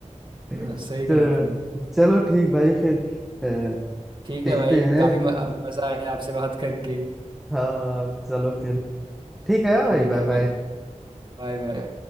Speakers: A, in the centre; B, on the right (about 40°).
A: <laughs>
B: हाँ, सही
A: तो
B: कहा आपने
A: चलो ठीक भाई फिर अ,
B: ठीक
A: देखते
B: है भाई
A: हैं
B: काफ़ी मज़ा आया आपसे बात करके
A: हाँ चलो फिर ठीक है
B: ठीक
A: भाई बाय
B: है
A: बाय
B: भाई बाय बाय